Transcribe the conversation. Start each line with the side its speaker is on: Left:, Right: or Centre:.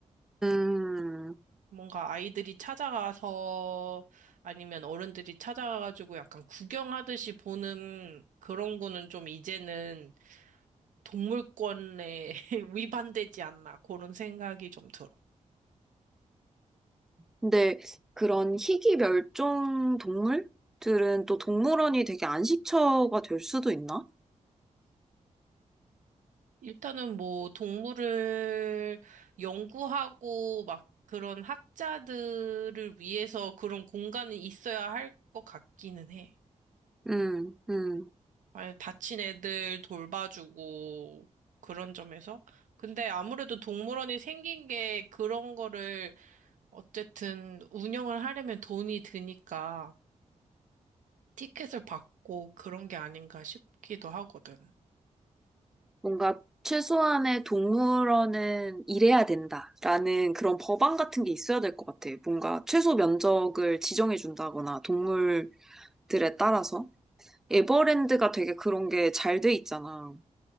Centre: 음.
Right: 뭔가 아이들이 찾아가서 아니면 어른들이 찾아가가지고 약간 구경하듯이 보는 그런 거는 좀 이제는 동물권에 <laughs> 위반되지 않나 그런 생각이 좀 들어.
Centre: 근데 그런 희귀 멸종 동물들은 또 동물원이 되게 안식처가 될 수도 있나?
Right: 일단은 뭐 동물을 연구하고 막 그런 학자들을 위해서 그런 공간이 있어야 할 것 같기는 해.
Centre: 음, 음.
Right: 아니, 다친 애들 돌봐주고 그런 점에서. 근데 아무래도 동물원이 생긴 게 그런 거를 어쨌든 운영을 하려면 돈이 드니까 티켓을 받고 그런 게 아닌가 싶기도 하거든.
Centre: 뭔가 최소한의 동물원은 일해야 된다라는 그런 법안 같은 게 있어야 될 것 같아. 뭔가 최소 면적을 지정해 준다거나 동물들에 따라서. 에버랜드가 되게 그런 게 잘 돼 있잖아.